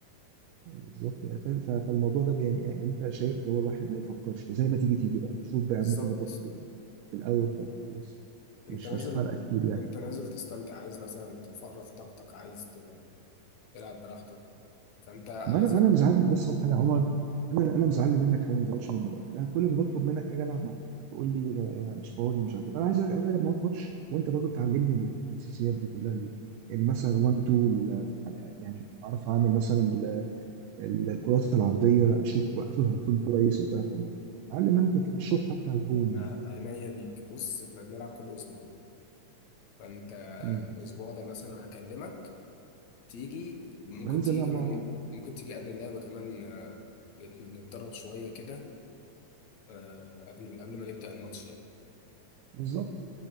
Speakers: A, on the right (about 80°); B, on the left (about 65°).
A: بالظبط يعني فاهم؟ ف- فالموضوع ده بي- يعني يعني انت شايف اللي هو الواحد ما يفكرش زي ما تيجي تيجي بقى شوف بقى
B: بالظبط
A: يا عم تخبط في ال- في الاوت بقى خلاص
B: انت
A: مش
B: نازل
A: مش فارقه كتير يعني
B: انت نازل تستمتع عايز مثلا تفرغ طاقتك عايز ت- تلعب براحتك فانت عايزك
A: ما انا ما انا مزعلني بس على حاجه يا عمر انا انا مزعلني منك حاجه ما تزعلش مني بقى انا كل ما بطلب منك اجي العب معاك تقول لي آه، مش فاضي مش عارف ايه انا عايز أجي العب معاك ماتش وانت برضو تعلمني الاساسيات دي كلها ال- ال- مثلا 1 2 يعني اعرف اعمل مثلا ال- ال- الكرات العرضيه اشوط اشوط على الجون كويس وبتاع فانا اعلم منك الشوط حتى على الجون يعني
B: أنا عينيا ليك بص احنا بنلعب كل اسبوع فانت
A: امم
B: الاسبوع ده مثلا هكلمك تيجي ممكن
A: وننزل
B: تيجي
A: نلعب
B: كمان
A: مع بعض
B: ممكن تيجي قبل اللعبه كمان نتدرب شوية كده آه، قبل قبل ما نبدأ الماتش يعني
A: بالظبط